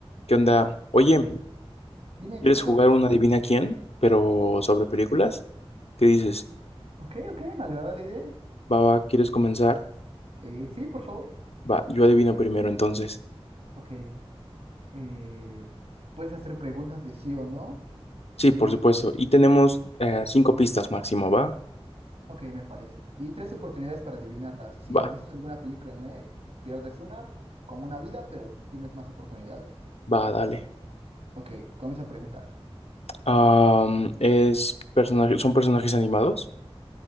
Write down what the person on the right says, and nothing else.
Dime,
¿qué pasó?
Ok, ok, me agrada la idea.
Eh, sí, por favor.
Ok. eh, puedes hacer preguntas de sí o no.
Y,
ok, me parece. Y tres oportunidades para adivinarlas. Si
dices alguna película no es, pierdes una, como una vida, pero tienes más oportunidades.
Ok, comienza a preguntar.